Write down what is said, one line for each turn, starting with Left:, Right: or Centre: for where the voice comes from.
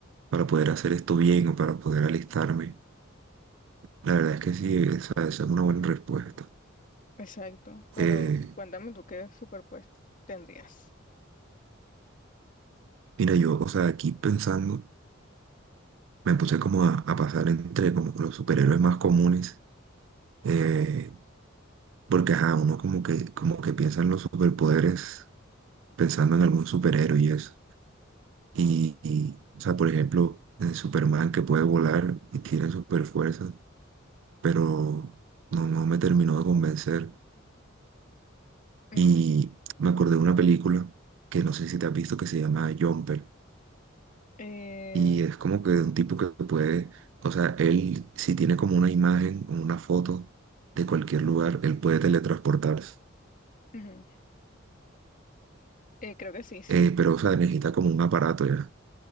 Right: para poder hacer esto bien o para poder alistarme. La verdad es que sí, esa, esa es una buena respuesta.
Left: Exacto, pero
Right: Eh,
Left: cuéntame tú qué superpuesto tendrías.
Right: mira, yo, o sea, aquí pensando, me puse como a, a pasar entre como los superhéroes más comunes. Eh, Porque, ajá, uno como que, como que piensa en los superpoderes pensando en algún superhéroe y eso. Y, y, o sea, por ejemplo, en Superman que puede volar y tiene super fuerza, pero no, no me terminó de convencer.
Left: Ujú.
Right: Y me acordé de una película que no sé si te has visto que se llama Jumper.
Left: Eh,
Right: Y es como que de un tipo que puede, o sea, él si tiene como una imagen o una foto de cualquier lugar, él puede teletransportarse.
Left: ujú. Eh, creo que sí, sí.
Right: Eh, pero, o sea, necesita como un aparato ya.